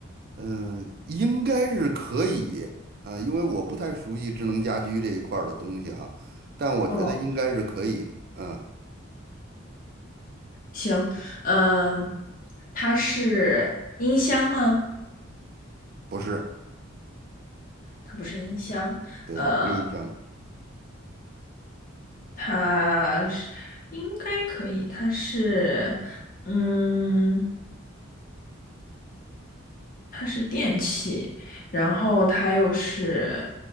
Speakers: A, on the right; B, on the left.
A: 嗯，应该是可以啊、因为我不太熟悉智能家居这一块儿的东西啊，但我觉得应该是可以。
B: 哦，
A: 嗯，
B: 行，嗯，它是音箱吗？
A: 不是，
B: 它不是音箱，
A: 对，
B: 呃，
A: 不是音箱。
B: 它是应该可以，它是嗯。它是电器，然后它又是